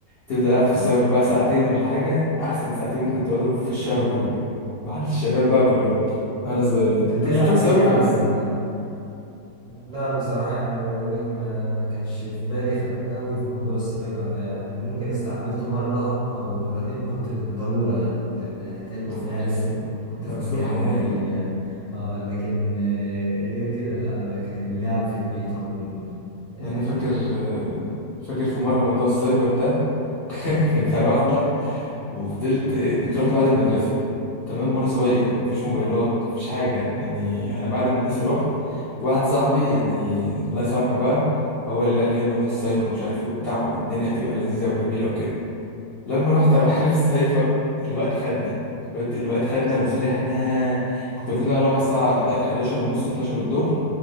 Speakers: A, on the left; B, on the right.
A: تفضل قاعد
B: اه
A: في السايبر بقى ساعتين ولا حاجه احسن ساعتين ممكن تقعدهم في الشهر كله مع الشباب بقى كلهم واحنا صغيرين
B: كنت بتلعب
A: كنتش بتروح سايبر
B: ايه
A: خالص
B: على ال لا بصراحة يعني بقول لك ما كانش في بالي خ- قوي في موضوع السايبر ده يعني ممكن استعملته مرة أو مرتين وكنت للضرورة يعني كنت محتاجه
A: يا
B: فعلا
A: نهار اسود
B: كنت
A: ده
B: في
A: اسلوب
B: مكان
A: حياه
B: بعيد يعني آه لكن آه، غير كده لا أنا كان لعب في البيت عموما آه،
A: يعني انا فاكر فاكر في
B: <laughs> مم.
A: مره موضوع السايبر ده <laughs> كنا رحنا وفضلت كنت رحت بعد المدرسة تمام وانا صغير مفيش موبايلات مفيش حاجة يعني انا بعد المدرسة رحت واحد صاحبي يعني الله يسامحه بقى هو اللي قال لي يلا نروح السايبر ومش عارف ايه وبتاع والدنيا هتبقى لذيذة وجميلة وكده لما رحت يا معلم السايبر الوقت خدنا الوقت الوقت خدنا وسرحنا كنت المفروض إن انا اروح الساعة 11 ونص 12 الظهر